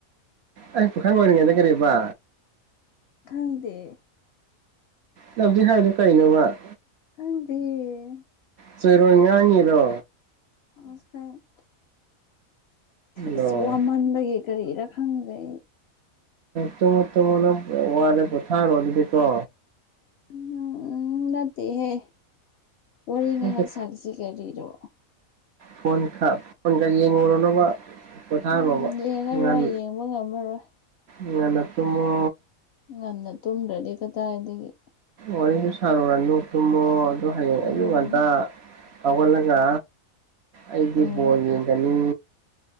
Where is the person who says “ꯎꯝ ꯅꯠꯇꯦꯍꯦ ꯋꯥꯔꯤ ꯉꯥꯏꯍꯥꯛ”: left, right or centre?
Left